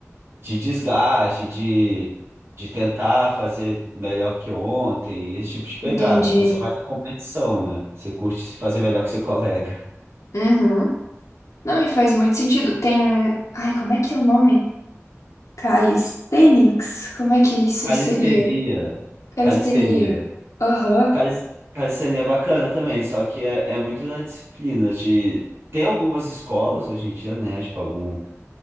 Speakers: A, on the right; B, on the left.
A: de desgaste, de, de tentar fazer melhor que ontem, esse tipo de pegada.
B: entendi.
A: Você é mais a competição, né? Você curte fazer melhor que seu colega.
B: Uhum. Não, e faz muito sentido. Tem. Ai, como é que é o nome? Calisthenics? Como é que isso
A: Calistenia,
B: seria? Calistenia.
A: calistenia.
B: Aham.
A: Cal- Calistenia é bacana também, só que é, é muito da disciplina de. Tem algumas escolas hoje em dia, né? Tipo, algum.